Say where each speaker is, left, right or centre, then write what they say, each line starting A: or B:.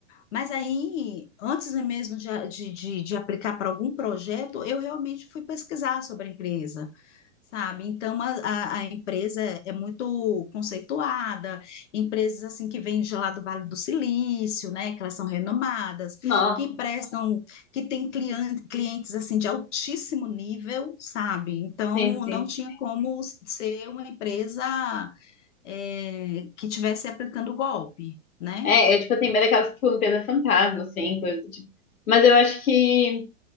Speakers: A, on the left; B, on the left.
A: Mas aí, antes mesmo de, a- de, de, de aplicar para algum projeto, eu realmente fui pesquisar sobre a empresa, sabe? Então, a, a, a empresa é muito conceituada, empresas assim que vêm de lá do Vale do Silício, né? Que elas são renomadas,
B: Nossa,
A: que prestam, que têm clien- clientes assim de altíssimo nível, sabe? Então,
B: sim, sim.
A: não tinha como ser uma empresa é, que estivesse aplicando o golpe, né?
B: É, eu, tipo, eu tenho medo daquelas, tipo, empresa fantasma, assim, coisa, do tipo. Mas eu acho que